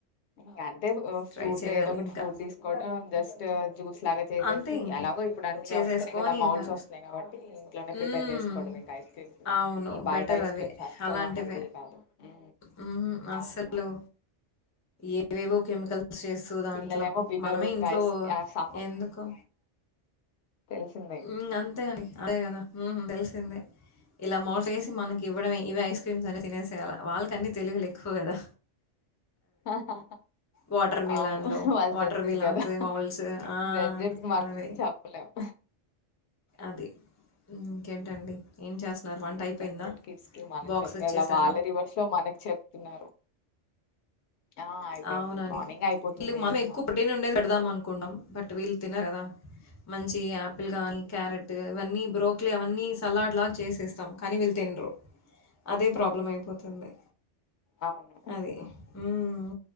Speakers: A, on the left (about 70°); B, on the left (about 25°).
A: ఇంకా అంటే ఓ
B: ట్రై
A: ఫ్రూట్
B: చేయాలి
A: ఏదో ఒకటి
B: ఇంకా.
A: ఫ్రూట్ తీసుకోవడం జస్టా. జ్యూస్ లాగా చేసేసి,
B: అంతే ఇంగ
A: ఎలాగో ఇప్పుడు అన్ని
B: చేసేసుకొని
A: వస్తున్నాయి గదా మౌల్డ్స్
B: ఇవ్వాలి.
A: వస్తున్నాయి కాబట్టీ ఇంట్లోనే
B: హ్మ్.
A: ప్రిపేర్ చేసుకోవడమే. ఇంకా ఐస్స్ క్రీమ్స్.
B: అవును.
A: ఈ బయట
B: బెటర్
A: ఐస్
B: అవే.
A: క్రీమ్స్ అస్సలా
B: అలాంటివే.
A: హెల్దీ కాదు. ఊ
B: హుహు. అస్సలు
A: అవును
B: ఏవేవో కెమికల్స్ చేస్తూ దాంట్లో
A: పిల్లలేమో వినరు
B: మనమే
A: ఇంక
B: ఇంట్లో
A: ఐస్ ఆ స
B: ఎందుకో
A: తెలిసిందే
B: ఊ అంతే అండి అదే గదా ఊహు తెలిసిందే. ఇలా మౌల్డ్సో ఏసి మనకి ఇవ్వడమే ఇవి ఐస్ క్రీమ్స్ అని తినేసేయాలా వాళ్ళకన్ని తెలివిలెక్కువ కదా.
A: ఆహా
B: వాటర్ మిలాన్‌లో
A: అవును, వాళ్ళు
B: వాటర్
A: జడ్ జీన్
B: మిలాన్స్,
A: కదా,
B: మౌల్స్ ఆ!
A: జడ్ జీన్స్ కి మనము
B: అదే.
A: ఏం చెప్పలేమ్.
B: అది, ఇంకేంటండి. ఏం చేస్తున్నారు? వంటయిపోయిందా?
A: జెడ్ జీన్ కిడ్స్ కి మనం
B: బాక్స్
A: చెప్పేద్లా,
B: ఇచ్చేసారా?
A: వాళ్ళే రివర్స్ లో మనక్, చెప్తున్నారు. ఆ! అయిపోయింది.
B: అవునండి.
A: మార్నింగే అయిపోతుంది
B: ఇళ్ళు మనం
A: ఎర్లీ
B: ఎక్కువ
A: మార్నింగ్.
B: ప్రోటీన ఉండేది పెడదాం అనుకుంటాం. బట్ వీళ్ళు తినర్ కదా. మంచి ఆపిల్ గానీ, క్యారెట్ ఇవన్నీ బ్రోక్లీ అవన్నీ సలాడ్ లాగా చేసేస్తాం. కానీ వీల్ తిన్రూ, అదే ప్రాబ్లం అయిపోతుంది.
A: అవును.
B: అది ఉమ్మ్.